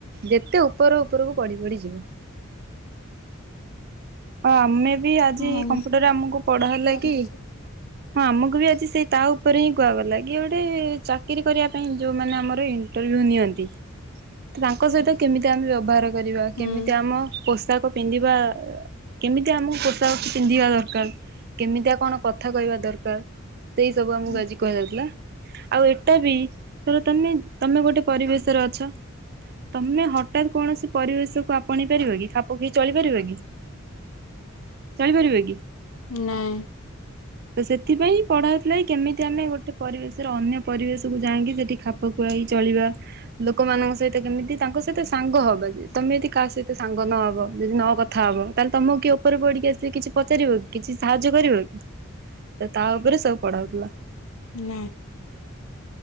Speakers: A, on the right; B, on the left.
A: ଯେତେ ଉପର ଉପରକୁ ପଢି ପଢି ଯିବ। ହ ଆମେ ବି ଆଜି
B: ହଁ
A: କମ୍ପ୍ୟୁଟରରେ ଆମକୁ ପଢା ହେଲା
B: ଚାଲିଛି
A: କି ହଁ ଆମକୁ ବି ଆଜି ସେଇ ତା ଉପରେ ହିଁ କୁହାଗଲା କି ଗୋଟେ ଚାକିରୀ କରିବା ପାଇଁ ଯୋଉମାନେ ଆମର ଇଣ୍ଟରଭ୍ୟୁ ନିଅନ୍ତି ତାଙ୍କ ସହିତ କେମିତି ଆମେ ବ୍ୟବହାର କରିବା
B: ହୁଁ
A: କେମିତି ଆମ ପୋଷାକ ପିନ୍ଧିବା କେମିତିଆ ଆମକୁ ପୋଷାକ ପିନ୍ଧିବା ଦରକାର କେମିତିଆ କଣ କଥା କହିବା ଦରକାର। ସେଇ ସବୁ ଆମକୁ
B: ହୁଁ
A: ଆଜି କୁହାଯାଉଥିଲା। ଆଉ ଏଟାବି ଧର ତମେ ତମେ ଗୋଟେ ପରିବେଶରେ ଅଛ ତମେ ହଠାତ୍ କୌଣସି ପରିବେଶକୁ ଆପ ପୁଣି ପାରିବ କି ଖାପ ଖାଇ ଚଳିପାରିବ କି? ଚାଲିପାରିବେ କି?
B: ନାହିଁ
A: ଓସେ ଏଥିପାଇଁ ପଢ଼ାଉଥିଲେଏକି କେମିତି ଆମେ ଗୋଟେ ଗୋଟେ ପରିବେଶର ଅନ୍ୟ ପରିବେଶକୁୁ ଯାଇକି ସେଠି ଖାପ ଖୁଆଇ ଚଳିବା ଲୋକମାନଙ୍କ ସହିତ କେମିତି ତାଙ୍କ ସହିତ ସାଙ୍ଗ ହବା ତମେ ଯଦି କାହା ସହିତ ସାଙ୍ଗ ନହବ ଯଦି ନ କଥା ହବ। ତାହେଲେ ତମକୁ କିଏ ଉପରେ ପଢିକି ଆସିକି କିଛି ପଚାରିବ କି କିଛି ସାହାଯ୍ୟ କରିବ କି ତ ତାଉପରେ ସବୁ ପଢାଉଥିଲା।
B: ନା